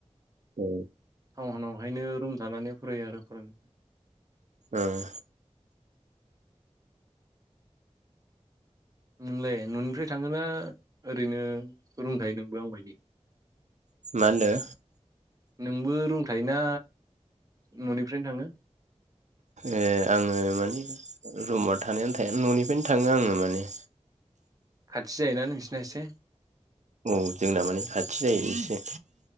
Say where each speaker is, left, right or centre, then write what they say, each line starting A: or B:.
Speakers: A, on the right; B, on the right.
A: औ।
B: टाउनावहायनो रुम थानानै फरायो आरो फरायना
A: ओं।
B: नोंलाय न'निफ्राय थाङोना ओरैनो रुम थायो नोंबो आं बायदि?
A: मा होन्दों?
B: नोंबो रुम थायोना न'निफ्रायनो थाङो?
A: ए आङो माने रुमाव थानायानो थाया न'निफ्रायनो थाङो आङो माने।
B: खाथि जायोना नोंसिना एसे?
A: औ जोंना माने खाथि जायो एसे।